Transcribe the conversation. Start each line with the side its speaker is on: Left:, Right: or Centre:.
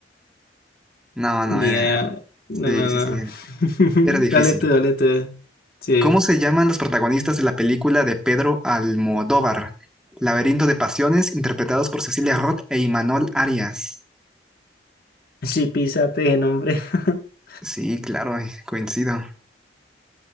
Centre: No, no,
Left: Ni
Centre: era.
Left: idea. No,
Centre: Sí,
Left: no,
Centre: sí,
Left: no.
Centre: sí.
Left: <laughs>
Centre: Era difícil.
Left: Dale tú, dale tú. Sí.
Centre: ¿Cómo se llaman los protagonistas de la película de Pedro Almodóvar? Laberinto de Pasiones, interpretados por Cecilia Roth e Imanol Arias.
Left: Sí, pisa, peje, nombre. <laughs>
Centre: Sí, claro, eh, coincido.